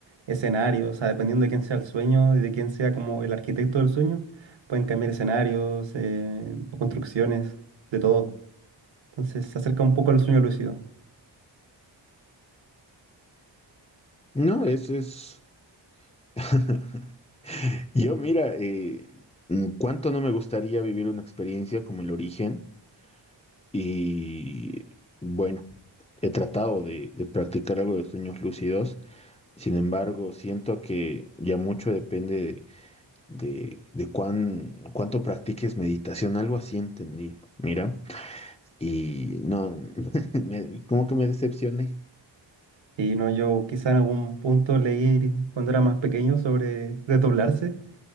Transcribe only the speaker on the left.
No, eso es... <laughs> Yo, mira, eh, mm, cuánto no me gustaría vivir una experiencia como el origen Y bueno, he tratado de, de practicar algo de sueños lúcidos, sin embargo, siento que ya mucho depende de, de, de cuán, cuánto practiques meditación, algo así entendí, mira, y no, <laughs> me- como que me decepcioné.